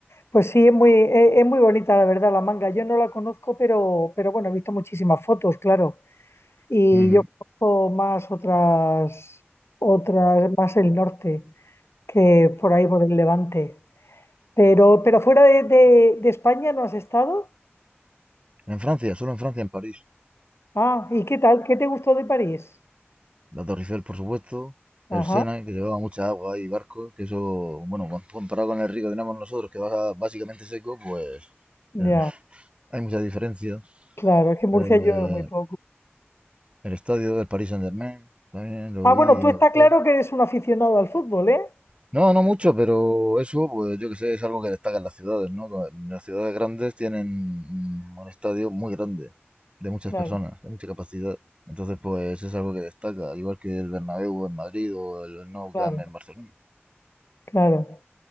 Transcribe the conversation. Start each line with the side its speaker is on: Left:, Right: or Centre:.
Left: Pues sí, es muy, e- es, muy bonita, la verdad, La Manga. Yo no la conozco, pero, pero bueno, he visto muchísimas fotos, claro. Y
Right: Ujú.
Left: yo conozco más otras, otras, más el norte, que por ahí, por el Levante. Pero, pero fuera de, de de España no has estado.
Right: En Francia, solo en Francia, en París.
Left: Ah, ¿y qué tal? ¿Qué te gustó de París?
Right: La Torre Eiffel, por supuesto.
Left: Ajá.
Right: El Sena, que llevaba mucha agua y barcos, que eso, bueno, com- comparado con el río que tenemos nosotros, que va básicamente seco, pues
Left: Ya,
Right: eh, <laughs> hay muchas diferencias.
Left: claro, es que en Murcia
Right: Eh,
Left: llueve muy poco.
Right: el estadio del Paris Saint-Germain, también lo
Left: Ah,
Right: vi
Left: bueno, tú
Right: y me
Left: está
Right: gustó.
Left: claro que eres un aficionado al fútbol, ¿eh?
Right: No, no mucho, pero eso, pues yo que sé, es algo que destaca en las ciudades, ¿no? Co- Las ciudades grandes tienen mm, un estadio muy grande, de muchas
Left: Claro,
Right: personas, de mucha capacidad. Entonces, pues es algo que destaca, igual que el Bernabéu en Madrid o el Nou
Left: claro,
Right: Camp en Barcelona.
Left: claro.